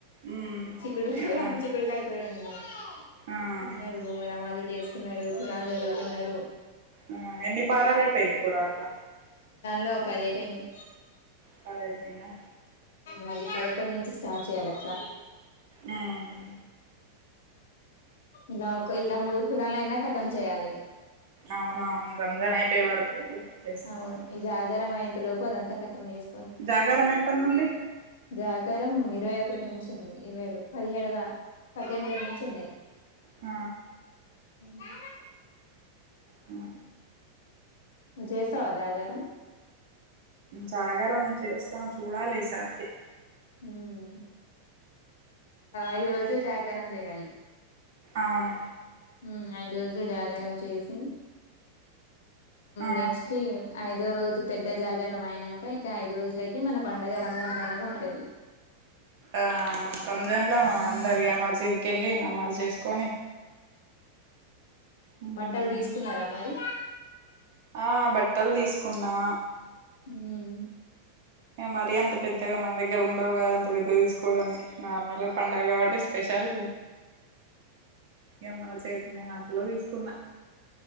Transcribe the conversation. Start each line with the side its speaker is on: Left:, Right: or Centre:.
Right: మ్మ్
Left: చికుడు
Right: ఏమన్నా
Left: చిక్కుడుకాయ కోరోండినం
Right: ఆ
Left: తిన్నరు ఇగ నామాజులు చేసుకున్నరు కురాను చదువుకున్నారు
Right: ఆ ఎన్ని పారాలయిపోయింది ఖురాన్ల
Left: లో ఓ పది అయిపోయినాయి
Right: పది అయిపోయినయా
Left: మళ్ళీ పదకొండు నుంచి స్టార్ట్ చేయాలక్క
Right: ఉమ్
Left: ఇలా ఒక ఇలా మూడు ఖురాన్లు అయినా కతం చేయాలి
Right: అవునవును రంజాన్ అయిపోయే వరకు చేసుకోవాలి
Left: అవును ఈ జాగారం అయ్యేంత లోపు అదంతా కతం చేస్
Right: జాగారం ఎప్పడినుండి
Left: జాగారం ఇరవై ఒకటి నుంచి ఉంది ఇరవై ఒకటి పదిహేడు పద్దెనిమిది నుంచి ఉన్నయి
Right: ఆ
Left: దా
Right: ఆ
Left: నువ్వు చస్తావా జాగారం
Right: జాగరం చేస్తనా చూడాలి ఈసారికి
Left: ఉమ్ ఐదు రోజులు జాగారం చేయాలి
Right: అవును
Left: ఉమ్ ఐదు రోజులు జాగారం చేసి
Right: ఆ
Left: నెక్స్ట్ ఐదు ఐదో రోజు పెద్ద జాగారం అయినంక ఇంక ఐదు రోజులకి మన పండగ రంజాన్ పండుగ ఉంటది
Right: ఆ రంజాన్లా అందరిగ మసీదుకెళ్ళి నమాజ్ చేసుకొని ఉమ్
Left: బట్టలు తీసుకున్నరా మరి
Right: ఆ బట్టలు తీసుకున్నా
Left: ఉమ్
Right: ఇగ మరి అంత పెద్దగ మన దగ్గర ఉండవు కదా అంత పెద్దగ తీసుకోవడానికి నార్మల్గ పండుగ కాబట్టి స్పెషల్ ఇగ మన చేతనైనంతలో తీసుకున్నా